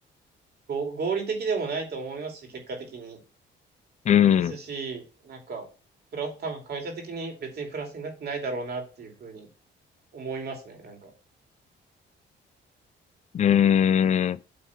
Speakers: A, on the right (about 55°); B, on the left (about 35°).
A: ごご合理的でもないと思いますし、結果的に。
B: うん。
A: ですし、なんか、プラ、多分会社的に別にプラスになってないだろうなっていうふうに思いますね、なんか。
B: うーん。い